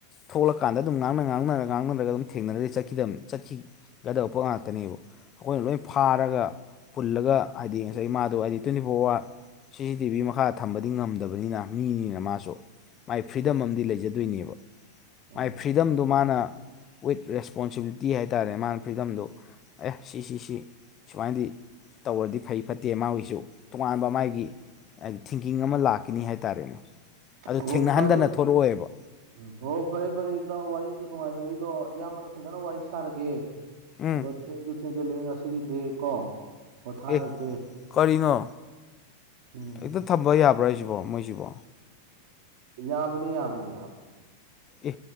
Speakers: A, on the left; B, on the right.
A: ꯊꯣꯛꯂꯀꯥꯟꯗ ꯑꯗꯨꯝ ꯉꯥꯡꯅ ꯉꯥꯡꯅꯔ ꯉꯥꯡꯅꯔꯒ ꯑꯗꯨꯝ ꯊꯦꯡꯅꯔꯗꯤ ꯆꯠꯈꯤꯗꯕꯅꯤ ꯆꯠꯈꯤ ꯒꯗꯕ ꯄꯣꯠ ꯉꯥꯛꯇꯅꯦꯕ ꯑꯩꯈꯣꯏꯅ ꯂꯣꯏ ꯐꯥꯔꯒ ꯄꯨꯜꯂꯒ ꯍꯥꯏꯗꯤ ꯉꯁꯥꯏ ꯃꯥꯗꯣ ꯍꯥꯏꯗꯤ ꯇ꯭ꯋꯦꯟꯇꯤ ꯐꯣꯔ ꯑꯋꯥꯔ ꯁꯤ ꯁꯤ ꯇꯤ ꯚꯤ ꯃꯈꯥꯗ ꯊꯝꯕꯗꯤ ꯉꯝꯗꯕꯅꯤꯅ ꯃꯤꯅꯤꯅ ꯃꯥꯁꯨ ꯃꯥꯏ ꯐ꯭ꯔꯤꯗꯝ
B: ꯎꯝ
A: ꯑꯃꯗꯤ ꯂꯩꯖꯗꯣꯏꯅꯦꯕ ꯃꯥꯏ
B: ꯎꯝ
A: ꯐ꯭ꯔꯤꯗꯝꯗꯣ ꯃꯥꯅ ꯋꯤꯠ ꯔꯦꯁꯄꯣꯟꯁꯤꯕꯤꯂꯤꯇꯤ ꯍꯥꯏꯇꯥꯔꯦ ꯃꯥꯅ ꯐ꯭ꯔꯤꯗꯝꯗꯣ ꯑꯦ ꯁꯤꯁꯤ ꯁꯤ ꯁꯨꯃꯥꯏꯅꯗꯤ ꯇꯧꯔꯗꯤ ꯐꯩ ꯐꯠꯇꯦ ꯃꯥꯒꯤꯁꯨ ꯇꯣꯉꯥꯟꯕ ꯃꯥꯒꯤ ꯍꯥꯏꯗꯤ ꯊꯤꯡꯀꯤꯡ ꯑꯃ ꯂꯥꯛꯀꯅꯤ ꯍꯥꯏꯇꯥꯔꯦꯅꯦ ꯑꯗꯨ
B: ꯑꯣ
A: ꯊꯦꯡꯅꯍꯟꯗꯅ
B: ꯐꯔꯦ
A: ꯊꯣꯔꯛꯑꯣꯏꯕ
B: ꯎꯝ ꯍꯣ ꯐꯔꯦ ꯐꯔꯦ ꯏꯇꯥꯎ ꯋꯥꯔꯤꯁꯨ ꯅꯨꯡꯉꯥꯏꯔꯦ ꯑꯩꯗꯣ ꯏꯌꯥꯝꯕꯗꯣ ꯐꯖꯅ ꯋꯥꯔꯤ ꯁꯥꯔꯒꯦ
A: ꯎꯝ
B: ꯑꯗꯣ ꯊꯦꯡꯁꯨ ꯊꯦꯡꯖꯜꯂꯛꯑꯦ ꯉꯁꯤꯒꯤꯗꯤ ꯀꯣ ꯄꯣꯊꯥꯔꯁꯦ
A: ꯑꯦ ꯀꯔꯤꯅꯣ
B: ꯎꯝ
A: ꯍꯦꯛꯇ ꯊꯝꯕ ꯌꯥꯕ꯭ꯔꯥ ꯍꯥꯏꯁꯤꯕꯣ ꯃꯣꯏꯁꯤꯕꯣ
B: ꯌꯥꯕꯅꯤ ꯌꯥꯕꯅꯤ ꯌꯥꯕꯅꯤ
A: ꯑꯦ